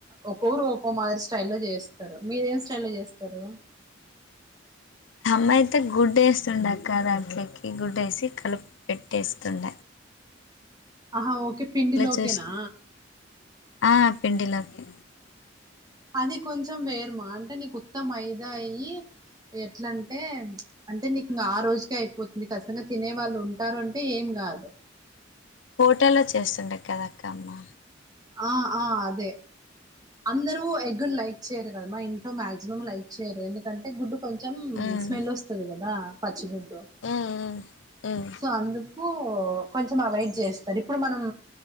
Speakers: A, on the right (about 20°); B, on the left (about 80°).
A: ఒక్కోరు ఒక్కో మాదిరి స్టైల్ లో చేస్తారు మీరు ఏం స్టైల్లో లో చేస్తారు
B: హమ్మా అయితే గుడ్డు వేస్తుండ అక్క దాంట్లోకి గుడ్డు వేసి కలుపు పెెట్టేస్తుండ
A: ఆహా ఓకే పిడిలో
B: చూసిన
A: కేనా
B: ఆ పిడిలోకిే
A: అది కొంచెం వేరుమా అంటే నీకు ఉత్త మైదా అయి ఎట్ల అంటే అంటే నీకు ఇంగ ఆ రోజుకే అయిపోతుంది ఖచ్చంగా తినే వాళ్ళు ఉంటారు అంటే ఏం కాదు
B: హోటల్లో చేస్తుండది కదా అక్క అమ్మా
A: ఆ ఆ అదే అందరుూ ఎగ్గున్ లైక్ చేయరు కదా మా ఇంట్లో మాక్సిమం లైక్ చేయరు ఎందుకంటే గుడ్డు కొంచెం
B: ఉమ్
A: స్మెల్ వస్తుంది కదా పచ్చి మిట్టో
B: ఉమ్ ఉమ్
A: సో అందుకు కొంచం అవాయిడ్ చేస్తారు ఇప్పుడు మనం